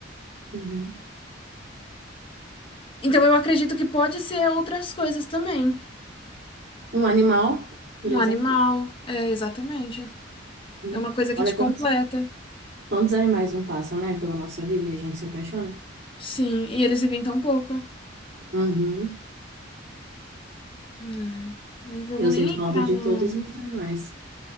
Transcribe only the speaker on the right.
Uhum.
Um animal, por
exemplo.
Uhum.
Olha
quantos, quantos animais não passam, né, pela nossa vida e a gente se apaixona.
Uhum.
Eu
sinto
falta de
todos os animais.